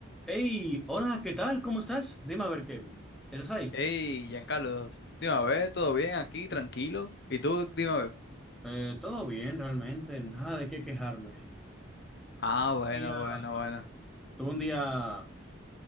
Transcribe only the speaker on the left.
Hey, Giancarlo, dime a ver, ¿todo bien aquí? ¿Tranquilo? ¿Y tú? Dime a ver.
Ah, bueno,
bueno, bueno.